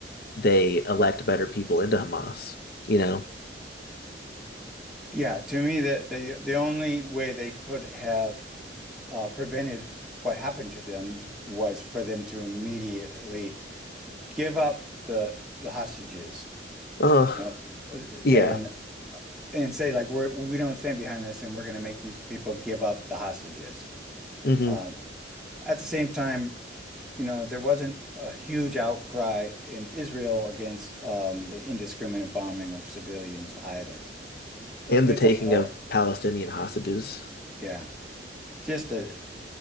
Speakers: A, on the left (about 55°); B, in the centre.
A: they elect better people into Hamas. You know,
B: Yeah, to me, the, the the only way they could have uh, prevented what happened to them was for them to immediately give up the the hostages,
A: Uh,
B: you know,
A: yeah.
B: and and say like we're we don't stand behind this and we're going to make these people give up the hostages.
A: hmm
B: Um, at the same time. you know, there wasn't a huge outcry in Israel against um, the indiscriminate bombing of civilians either.
A: And
B: It's
A: the taking
B: a horror.
A: of Palestinian hostages.
B: Yeah, just a.